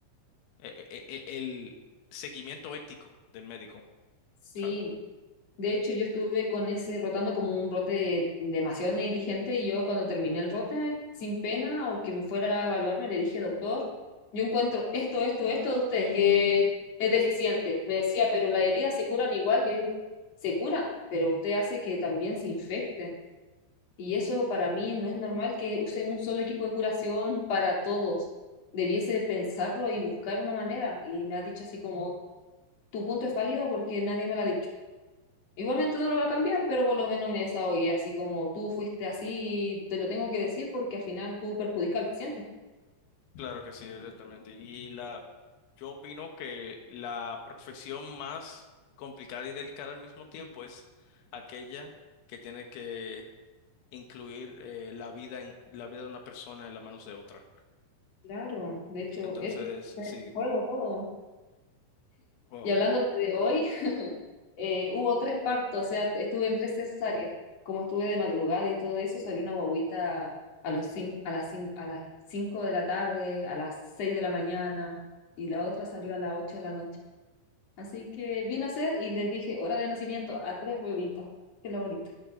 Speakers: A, on the left (about 80°); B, on the left (about 35°).
A: e- e- e- el, seguimiento ético del médico,
B: Sí,
A: ¿sabes?
B: De hecho, yo estuve con ese rotando como un rote demasiado negligente y yo cuando terminé el rote, sin pena o quien fuera a evaluarme, le dije, doctor, yo encuentro esto, esto, esto de ustedes que es deficiente. Me decía, pero las heridas se curan igual. Yo digo, se curan, pero usted hace que también se infecten. Y eso para mí no es normal que usen un solo equipo de curación <laughs> para todos. Debiese pensarlo y buscar una manera. Y me ha dicho así como, tu punto es válido porque nadie me lo ha dicho. Igualmente no lo va a cambiar, pero por lo menos me desahogué, así como tú fuiste así, te lo tengo que decir porque al final tú perjudicas al paciente.
A: Claro que sí, exactamente. Y la, yo opino que la profesión más complicada y delicada al mismo tiempo es aquella que tiene que incluir eh, la vida en la vida de una persona en las manos de otra.
B: Claro, de hecho,
A: Entonces,
B: es
A: sí,
B: juego todo.
A: wow.
B: Y hablando de hoy, eh, hubo tres partos, o sea, estuve en tres cesáreas. Como estuve de madrugada y todo eso, salió una guagüita a los cin- a las cin- a las 5 de la tarde, a las 6 de la mañana, y la otra salió a las 8 de la noche. Así que vine a hacer y les dije hora de nacimiento a tres bebitos. Qué lo bonito.